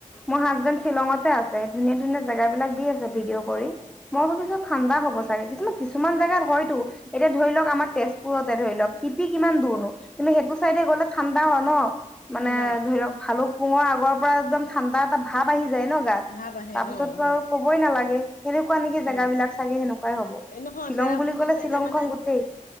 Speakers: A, in the centre; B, on the left (about 85°).
A: মোৰ হাজবেণ্ড শ্বিলঙতে আছে। ধুনীয়া-ধুনীয়া জেগাবিলাক দি আছে ভিডিঅ' কৰি। মই ভাবিছো ঠাণ্ডা হ'ব চাগে কিছু। কিছুমান জাগাত হয়তো, এতিয়া ধৰি লওক আমাৰ তেজপুৰতে ধৰি লওক টিপি কিমান দূৰনো, কিন্তু সেইটো চাইডে গ'লে ঠাণ্ডা হয় ন, মানে
B: ঠাণ্ডা
A: ধৰি লওক ভালো মোৰ আগৰ পৰা একদম ঠাণ্ডা এটা ভাৱ আহি যায় ন গাত,
B: ভাৱ আহে
A: তাৰ পিছততো
B: অ অ
A: আৰু ক'বই নালাগে। সেনেকুৱা নেকি জেগাবিলাক
B: অ
A: চাগে সেনেকুৱাই হ'ব
B: এ নহয়
A: শ্বিলং
B: চেৰাপুঞ্জী
A: বুলি কলে
B: চাইডে
A: শ্বিলং
B: মানে
A: খন গোটেই।